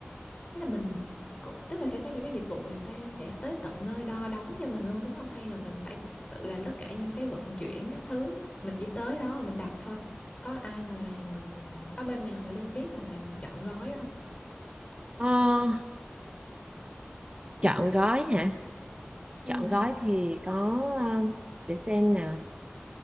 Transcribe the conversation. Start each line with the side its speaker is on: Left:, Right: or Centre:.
Left: thế là mình cũng tức là sẽ có những cái dịch vụ người ta sẽ tới tận nơi đo đóng cho mình luôn đúng không hay là mình phải tự làm tất cả những cái vận chuyển các thứ mình chỉ tới đó rồi mình đặt thôi có ai mà làm có bên nào mà Linh biết mà làm trọn gói không
Right: Ờ, Chọn gói hả?
Left: ừ.
Right: Chọn gói thì có um, để xem nào.